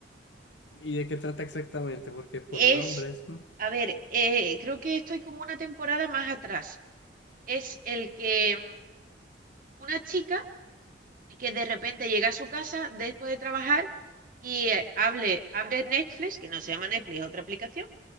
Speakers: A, on the left; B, on the right.
A: ¿Y de qué trata exactamente? Porque por
B: Es,
A: nombres. mm.
B: a ver, eh, creo que estoy como una temporada más atrás. Es el que mm, una chica que de repente llega a su casa después de trabajar y eh, hable, abre Netflix, que no se llama Netflix, es otra aplicación,